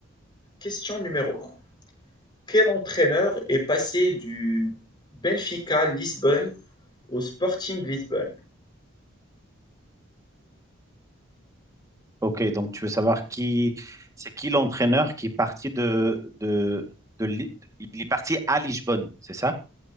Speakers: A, on the left; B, on the right.
A: question numéro un. Quel entraîneur est passé du Benfica Lisbonne au Sporting Lisbonne?
B: Ok, donc tu veux savoir qui c'est qui l'entraîneur qui est parti de, de, de Li- il est parti à Lisbonne, c'est ça?